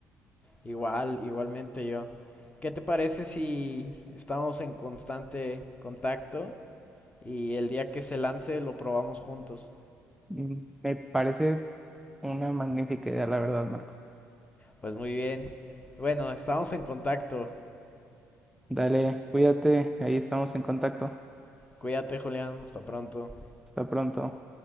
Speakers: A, on the left; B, in the centre.
A: Igual, igualmente yo. ¿Qué te parece si estamos en constante contacto y el día que se lance lo probamos juntos?
B: Mm, Me parece una magnífica idea, la verdad, Marco.
A: Pues muy bien. Bueno, estamos en contacto.
B: Dale, cuídate, ahí estamos en contacto.
A: Cuídate, Julián. Hasta pronto.
B: Hasta pronto.